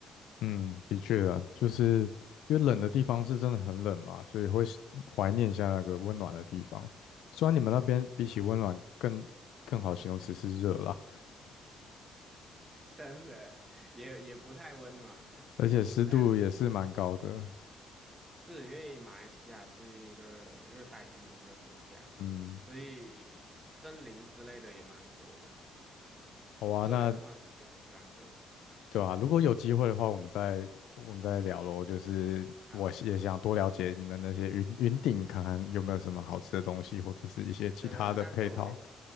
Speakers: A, on the left; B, on the right.
A: 嗯，的确啊，就是因为冷的地方是真的很冷嘛，所以会是怀念一下那个温暖的地方。虽然你们那边比起温暖更更好形容词是热啦，
B: 真的 <laughs> 也也不太温暖了，<laughs>
A: 而且湿度也是蛮高的。
B: 也不太。温。是因为马来西亚是一个热带雨林的国家，
A: 嗯，
B: 所以森林之类的也蛮多的。我个人的话是比较喜欢这种地方。
A: 好啊，那对啊，如果有机会的话，我们再我们再聊咯。就是我也想多了解你们那些云云顶，
B: 好，
A: 看看有没有什么好吃的东西，或者是一些其他的配套。
B: 真的，那时候我一定